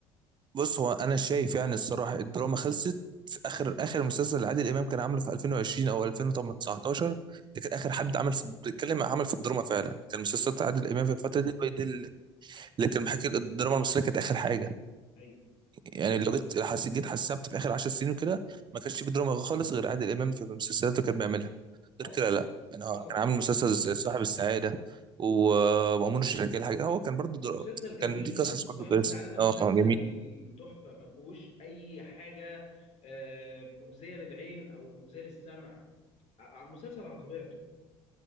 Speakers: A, on the right; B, on the left.
A: بص هو انا شايف يعني الصراحه الدراما خلصت في اخر اخر مسلسل اللي عادل امام كان عامله في 2020 او 2019 ده كان اخر حد عمل في بيتكلم عمل في الدراما فعلا كان مسلسلات
B: اه
A: عادل امام في الفتره دي هي دي اللي كان بيحكي الدراما المصريه كانت اخر حاجه
B: ايوه
A: يعني
B: ايوه
A: لو جيت حس- جيت حسبت في اخر 10 سنين وكده ما كانش في دراما خالص غير عادل امام في المسلسلات اللي كان بيعملها
B: حصل
A: غير كده لا يعني هو
B: حصل
A: كان
B: والله
A: عامل مسلسل س- صاحب السعاده ومأمون الشركاه الحاجه هو كان برضو درا...
B: مسلسل جميل
A: كان دي قصص برضو
B: صاحب
A: كويسه
B: السعادة ده مسلسل
A: اه جميل
B: تحفة ما فيهوش أي حاجة آه، مؤذية للعين أو مؤذية للسمع ع- مسلسل على طبيعته